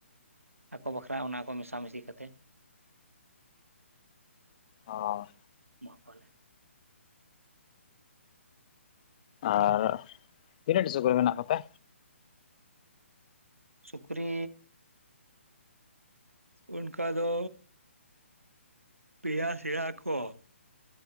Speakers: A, on the right; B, on the left.
A: ᱟᱠᱚ ᱵᱟᱠᱷᱨᱟ ᱚᱱᱟ ᱠᱚ ᱢᱮᱥᱟ ᱢᱤᱥᱤ ᱠᱟᱛᱮ
B: ᱚᱻ
A: ᱢᱟᱜ ᱠᱚᱣᱟᱞᱮ᱾
B: ᱟᱨ ᱛᱤᱱᱟᱹᱜ ᱴᱤ ᱥᱩᱠᱨᱤ ᱢᱮᱱᱟᱜ ᱠᱚᱛᱮ
A: ᱥᱩᱠᱨᱤ ᱚᱱᱠᱟ ᱫᱚ ᱯᱮᱭᱟ ᱥᱮᱭᱟ ᱟᱠᱚ